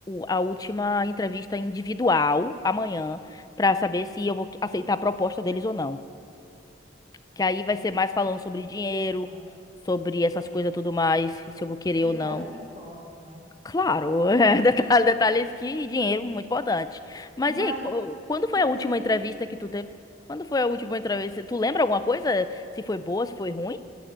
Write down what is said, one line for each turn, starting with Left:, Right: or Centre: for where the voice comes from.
Left: a última entrevista individual amanhã, para saber se eu vou aceitar a proposta deles ou não. Que aí vai ser mais falando sobre dinheiro,
Right: Aham.
Left: sobre essas coisas tudo mais, se eu vou querer
Right: Os detalhes
Left: ou não.
Right: que importam, né?
Left: Claro, <laughs> é, detalhe, detalhes que dinheiro muito importante. Mas
Right: Mas
Left: e aí, qu- quando foi
Right: tu pensa
Left: a última
Right: em
Left: entrevista
Right: ir?
Left: que tu teve? Quando foi a última entrevista? Tu lembra alguma coisa? Se foi boa, se foi ruim?